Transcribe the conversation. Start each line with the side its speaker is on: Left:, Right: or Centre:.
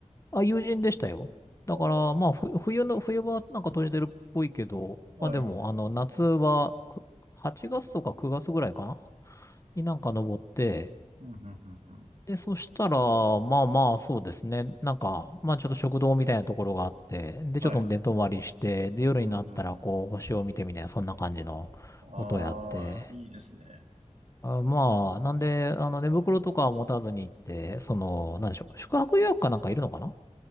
Left: あ、友人でしたよ。だから、
Right: ああ、
Left: まあ、ふ冬の、冬はなんか閉じてるっぽいけど、
Right: はい。
Left: まあでも、あの、夏はく8月とか9月ぐらいかなになんか登って、
Right: うん、うん、うん、うん。
Left: で、そしたら、まあまあ、そうですね。なんか、まあちょっと食堂みたいなところがあって、で、
Right: はい。
Left: ちょっと寝泊まりして、で、夜になったら、
Right: うん、うん、
Left: こう、星を見てみたいな、そんな感じのことをやって、
Right: うん。ああ、いいですね。
Left: あ、まあ、なんで、あの、寝袋とかは持たずに行って、その、なんでしょう、宿泊予約かなんかいるのかな